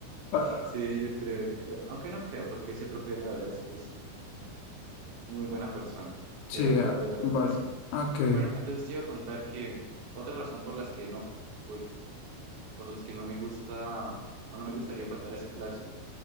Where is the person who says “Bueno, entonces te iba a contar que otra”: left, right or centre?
Right